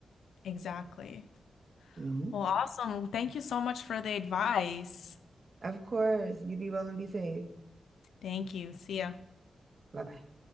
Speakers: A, on the left (about 85°); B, on the right (about 55°).
A: Exactly.
B: hmm
A: Well, awesome. Thank you so much for the advice.
B: Of course. You be well and be safe.
A: Thank you. See ya.
B: Bye bye.